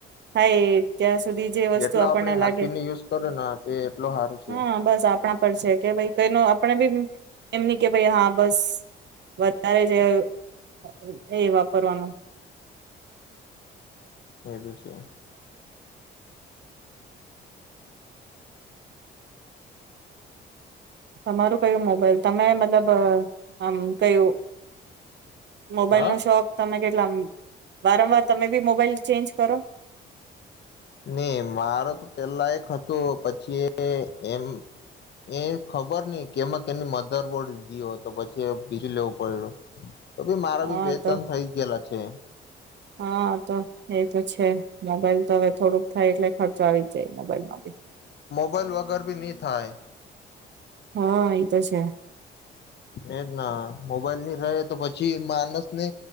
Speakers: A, on the right (about 60°); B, on the left (about 60°).
A: હાય ત્યાં સુધી જે વસ્તુ
B: જેટલો
A: આપણને
B: આપડે હાચવીને
A: લાગે
B: યુઝ કરો ને તે એટલો સારું છે
A: હા બસ આપણા પડશે, કે ભાઈ કઈ નો આપણે બી એમની કે ભાઈ હા બસ વધારે જે એ <unintelligible> એ વાપરવાનું.
B: એવી છે.
A: તમારું કયું મોબાઈલ? તમે મ મતલબ આમ કયું, મોબાઈલ
B: હા
A: નો શોખ તમે કે જો આમ વારંવાર તમે બી મોબાઈલ ચેન્જ કરો?
B: ને મારો તો પેલા એક હતું પછી એ એમ એ ખબર નહી, કેમાં કે એની મધરબોર્ડ ગયો તો પછી બીજું લેવું પયડુ. તો ભી મારા
A: હા
B: બી બે
A: તો
B: ત્રણ થઇ ગયેલા છે.
A: હા તો એ તો છે. મોબાઈલ તો હવે થોડુંક થાય એટલે ખર્ચા આવી જાય, મોબાઈલ માં બી
B: બાઈલ વગર બી નીં થાય
A: હા, એ તો છે.
B: એજ ના. મોબાઈલ ની રહે તો પછી માનસને